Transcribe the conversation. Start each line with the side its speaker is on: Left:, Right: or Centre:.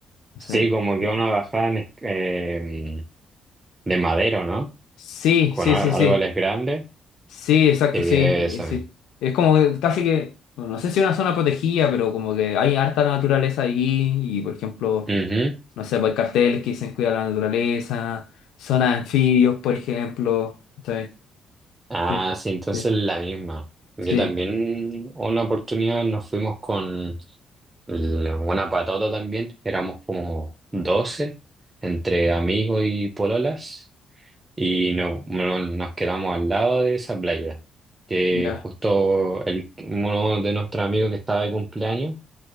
Left: No
Right: Sí,
Left: sé,
Right: como
Left: pero...
Right: que una bajada en es- eh, de madero, ¿no?
Left: Sí,
Right: Con
Left: sí,
Right: á-
Left: sí, sí.
Right: árboles grandes.
Left: Sí, exacto,
Right: Sí,
Left: sí,
Right: eso
Left: eh, sí.
Right: mismo.
Left: Es como que casi que, bueno, no sé si es una zona protegida, pero como que hay harta naturaleza allí y, por ejemplo,
Right: Ujú.
Left: no sé, pues, hay carteles que dicen cuidar la naturaleza, zonas de anfibios, por ejemplo. ¿cachai?
Right: Ah,
Left: Sí,
Right: sí, entonces
Left: sí,
Right: la misma. Yo
Left: sí,
Right: también, una oportunidad nos fuimos con La buena patata también, éramos como 12 entre amigos y pololas y no, no- nos quedamos al lado de esa playa, que
Left: ya.
Right: justo el, uno de nuestros amigos que estaba de cumpleaños